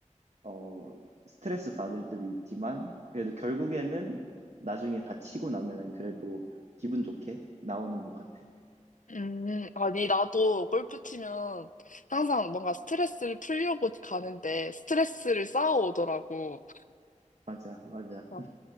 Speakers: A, on the right; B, on the left.
A: 어, 스트레스 받을 때도 있지만, 그래도 결국에는 나중에 다치고 나면은 그래도 기분 좋게 나오는 것 같아.
B: 음, 아니, 나도 골프 치면 항상 뭔가 스트레스를 풀려고 가는데 스트레스를 쌓아오더라고.
A: 맞아, 맞아.
B: 어,